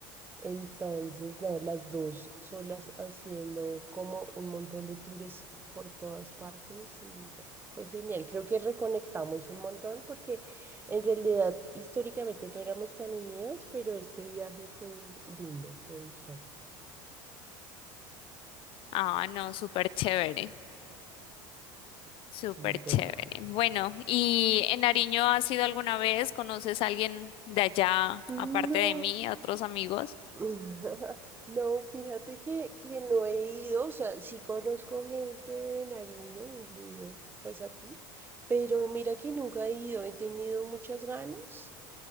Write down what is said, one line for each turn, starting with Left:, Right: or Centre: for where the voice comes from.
Right: Entonces, no, las dos solas haciendo como un montón de tours por todas partes y no, fue genial. Creo que reconectamos un montón porque en realidad históricamente no éramos tan unidas, pero este viaje fue lindo, me gustó.
Left: Ah, no, súper chévere. Súper
Right: Sí, total.
Left: chévere. Bueno, ¿y en Nariño has ido alguna vez? ¿Conoces a alguien de allá,
Right: No,
Left: aparte de mí, otros amigos?
Right: <laughs> No, fíjate que, que no he ido, o sea, sí conozco gente de Nariño, incluido pues a ti, pero mira que nunca he ido, he tenido muchas ganas